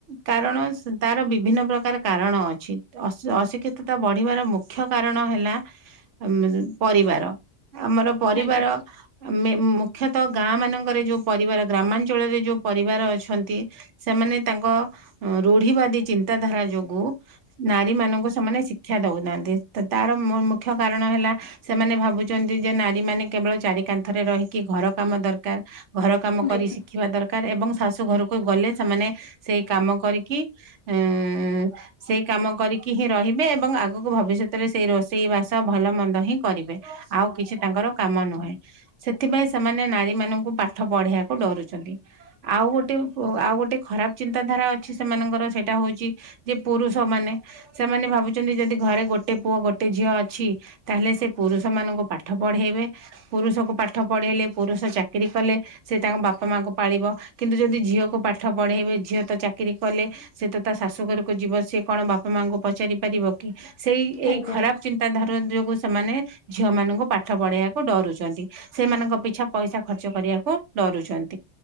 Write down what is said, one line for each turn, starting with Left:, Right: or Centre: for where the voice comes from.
Right: କାରଣ ସେ ତାର ବିଭିନ୍ନ ପ୍ରକାର କାରଣ ଅଛି ତ ଅଶ ଅଶି କ୍ଷିତତା ବଢିବାର ମୁଖ୍ୟ କାରଣ ହେଲା ଆମେ <unintelligible> ପରିବାର ଆମର ପରିବାର
Left: ଆଜ୍ଞା।
Right: ଆମେ ମୁଖ୍ୟତଃ ଗାଁମାନଙ୍କରେ ଯୋଉ ପରିବାର ଗ୍ରାମାଞ୍ଚଳରେ ଯୋଉ ପରିବାର ଅଛନ୍ତି ସେମାନେ ତାଙ୍କ ଅଁ ରୁଢିିବାଦୀ ଚିନ୍ତାଧାରା ଯୋଗୁ ନାରୀମାନଙ୍କୁ ସେମାନେ ଶିକ୍ଷା ଦଉନାହାନ୍ତି ତ ତାର ମୁ ମୁଖ୍ୟ କାରଣ ହେଲା ସେମାନେ ଭାବୁଚନ୍ତି ଯେ ନାରୀମାନେ କେବଳ ଚାରି କାନ୍ଥରେ ରହିକି ଘର କାମ ଦରକାର ଘର କାମ
Left: ଆଜ୍ଞା
Right: କରି
Left: ଆଜ୍ଞା
Right: ଶି ଖିବା ଦରକାର ଏବଂ ଶାଶୁ ଘରକୁ ଗଲେ ସେମାନେ ସେଇ କାମ କରିକି ଏଁ ସେଇ କାମ କରିକି ହିଁ ରହିବେ ଏବଂ ଆଗୁକୁ ଭବିଷ୍ୟତରେ ସେଇ ରୋଷେଇ ବାସ ଭଲ ମନ୍ଦ ହିଁ କରିବେ। ଆଉ କିଛି ତାଙ୍କର କାମ ନୁହେଁ ସେଥିପାଇଁ ସେମାନେ ନାରୀମାନଙ୍କୁ ପାଠ ପଢେଇଆକୁ ଡରୁଛନ୍ତି। ଆଉ ଗୋଟେ ଓ ଆଉ ଗୋଟେ ଖରାପ ଚିନ୍ତାଧାରା ଅଛି ସେମାନଙ୍କର ସେଟା ହଉଚି ଯେ ପୁରୁଷମାନେ ସେମାନେ ଭାବୁଚନ୍ତି ଯଦି ଘରେ ଗୋଟେ ପୁଅ ଗୋଟେ ଝିଅ ଅଛି ତାହେଲେ ସେ ପୁରୁଷମାନଙ୍କୁ ପାଠ ପଢେଇବେ। ପୁରୁଷକୁ ପାଠ ପଢେଇଲେ ପୁରୁଷ ଚାକିରି କଲେ ସେ ତାଙ୍କ ବା ପ ମାଙ୍କୁ ପାଳିବ କିନ୍ତୁ ଯଦି ଝିଅକୁ ପାଠ ପଢେଇବେ ଝିଅ ତ ଚାକିରି କଲେ ସେ ତ ତା ଶାଶୁ ଘରୁକୁ ଯିବ ସିଏ କଣ ବାପା ମାଙ୍କୁ ପଚାରିପାରିବ କି ସେଇ ଏଇ
Left: ଆଜ୍ଞା
Right: ଖରାପ ଚିନ୍ ତାଧରା ଯୋଗୁ ସେମାନେ ଝିଅମାନୁଙ୍କୁ ପାଠ ପଢେଇଆକୁ ଡରୁଚନ୍ତି। ସେମାନଙ୍କ ପିଛା ପଇସା ଖର୍ଚ୍ଚ କରିଆକୁ ଡରୁଛନ୍